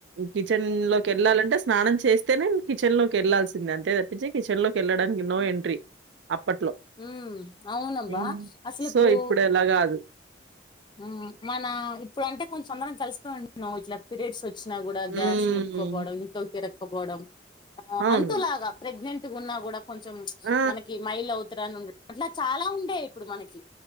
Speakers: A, on the right; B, on the left.
A: కిచెన్ లోకి ఎళ్ళాలంటే స్నానం చే చేస్తేనే కిచెన్ లోకి వెళ్లాల్సింది. అంతే తప్పించి కిచెన్ లోకి వెళ్ళడానికి నో ఎంట్రీ. అప్పట్లో.
B: మ్ అవునబ్బా.
A: హ్మ్.
B: అసల్
A: సో,
B: ఇప్పుడు
A: ఇప్పుడలా గాదు.
B: మ్ మన ఇప్పుడు అంటే, కొంచెం అందరం కలిసిపోయి ఉంటున్నామ్. ఇట్ల పీరియడ్స్ వ వచ్చినా కూడా
A: హ్మ్.
B: గ్యాస్ ముకోపోవడం, ఇంట్లో తిరకపోవడం,
A: అవును.
B: అంటు లాగ ప్రెగ్నెంట్ ఉన్నా కూడా కొంచెం
A: ఆ!
B: మనకి మైల్ అవతరాన్ని ఉండ. అట్లా, చాలా ఉండే ఇప్పుడు మనకి.